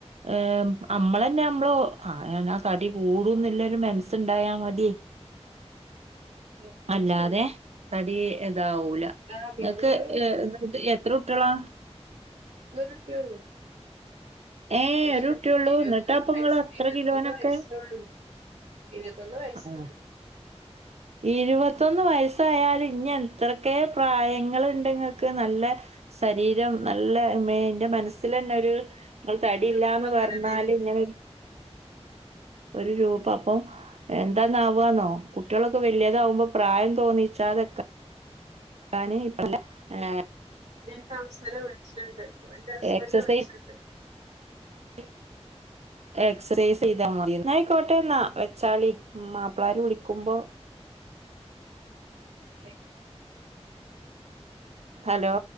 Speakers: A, on the right (about 70°); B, on the right (about 85°).
A: ഏഹ് അമ്മളന്നെ അമ്മളോ ആ ഞാ തടി കൂടൂന്ന്ള്ളരു മന്സ്സ്ണ്ടായാ മതി.
B: <inaudible>
A: അല്ലാതെ
B: ചെയ്യ
A: തടി ഇതാവൂല.
B: ആ പിന്നെ
A: ങ്ങക്ക്
B: ഞങ്ങള്
A: ഏഹ് <unintelligible> എത്രുട്ടികളാ?
B: എനിക്കൊരുട്ട്യേള്ളു.
A: ഏഹ്
B: പക്ഷെ
A: ഒരു കുട്ടിയള്ളൂ
B: <unintelligible>
A: എന്നിട്ടാ അപ്പ നിങ്ങള് അത്ര കിലോനൊക്കെ
B: വയസായി. ഇരുപതൊന്നു വയസ്
A: ആഹ്
B: ആയി.
A: ഇരുപത്തൊന്ന് വയസ്സായാലും ഇഞ്ഞ ത്രക്കെ പ്രായങ്ങള്ണ്ട് ങ്ങക്ക് നല്ലെ സരീരം നല്ല മേന്റെ മനസ്സ്ല് ന്നൊരു, തടില്ലാന്ന്
B: രൂപ അങ്ങനെ
A: പർണാല്
B: വരണ്ട്
A: ഇങ്ങനെരു ഒരു രൂപപ്പം എന്താന്നാവാന്നോ, കുട്ട്വാളൊക്കെ വല്യാതാവുമ്പം പ്രായം തോന്നിച്ചാതക്ക <unintelligible> ന് പ്പല്ല ഏഹ്
B: <unintelligible> എന്റസ്ബന്റ്
A: എക്സസൈസ്
B: <unintelligible>
A: <unintelligible> എക്സൈസ് ചെയ്താൽ മതി. ന്നായ്ക്കോട്ടെന്നാ വെച്ചാളി. മാപ്പ്ളാര് വിളിക്കുമ്പൊ,
B: എ
A: ഹലോ